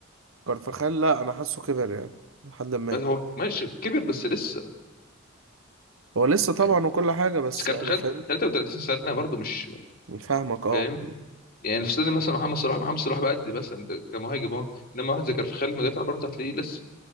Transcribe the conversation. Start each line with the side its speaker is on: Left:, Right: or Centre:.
Right: كارفاخال لا انا حاسه كبر يعني لحد ما
Left: بس هو ماشي كبر بس لسه
Right: هو لسه طبعا
Left: يعني
Right: وكل حاجة بس
Left: بس كارفخال
Right: يعني فاهم
Left: 33 سنه برضه مش
Right: فاهمك اه
Left: فاهم يعني في سنه مثلا محمد صلاح محمد صلاح بقد مثلا ده كمهاجم اهو انما واحد زي
Right: مم.
Left: كارفخال مدافع برضه هتلاقيه لسه